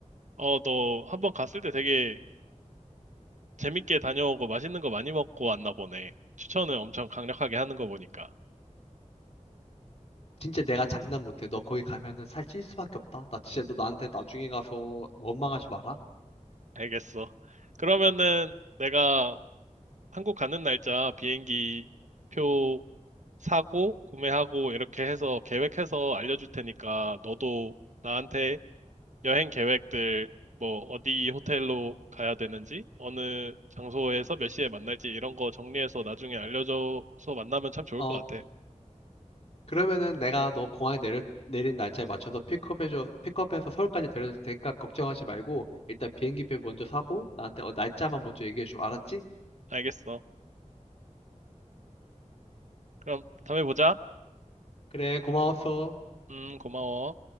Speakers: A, on the right; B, on the left.
A: 어 너 한번 갔을 때 되게 재밌게 다녀오고 맛있는 거 많이 먹고 왔나 보네. 추천을 엄청 강력하게 하는 거 보니까.
B: 진짜 내가 장난 못해. 너 거기 가면은 살찔 수밖에 없다. 나 진짜 너 나한테 나중에 가서 원망하지 마라.
A: 알겠어. 그러면은 내가 한국 가는 날짜 비행기 표 사고 구매하고 이렇게 해서 계획해서 알려줄 테니까 너도 나한테 여행 계획들, 뭐, 어디 호텔로 가야 되는지, 어느 장소에서 몇 시에 만날지, 이런 거 정리해서 나중에 알려줘서 만나면 참 좋을
B: 어,
A: 것 같아.
B: 그러면은 내가 너 공항에 내려, 내린 날짜에 맞춰서 픽업해줘, 픽업해서 서울까지 데려다 줄 테니까 걱정하지 말고 일단 비행기표 먼저 사고 나한테 어, 날짜만 먼저 얘기해줘. 알았지?
A: 알겠어. 그럼 다음에 보자.
B: 그래, 고마웠어.
A: 음, 고마워.